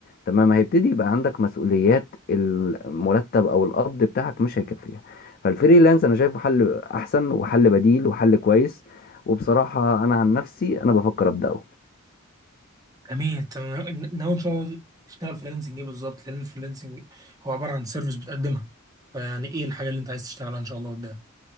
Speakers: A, on the left; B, on the right.
A: تمام هيبتدي يبقى عندك مسؤوليات المرتب او القبض بتاعك مش هيكفيها فالفريلانس انا شايفه حل احسن وحل بديل وحل كويس وبصراحة أنا عن نفسي أنا بفكر أبدأه
B: جميل تمام. ن- ناوي ان شاء الله تشتغل فريلانسنج ايه بالظبط لان الفريلانسنج هو عباره عن سيرفيس بتقدمها فيعني ايه الحاجه اللي انت عايز تشتغلها ان شاء الله قدام